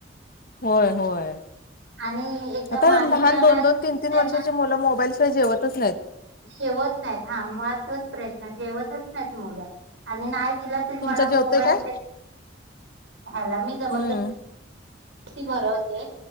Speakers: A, on the left; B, on the right.
A: होय होय
B: आणि एकदा
A: आता
B: मागितला
A: लहान
B: ना
A: दोन दोन तीन
B: त्यांना
A: तीन वर्षाची मुलं मोबाईल तो जेवतच नाहीत.
B: जेवत नाहीत हा मुळातोच प्रयत्न जेवतच नाहीत मुलं? आणि नाही दिला तरी
A: तुमचं
B: मला मोबाईल
A: जेवतय काय
B: हला मी जबरदस्ती
A: हम्म
B: भरवते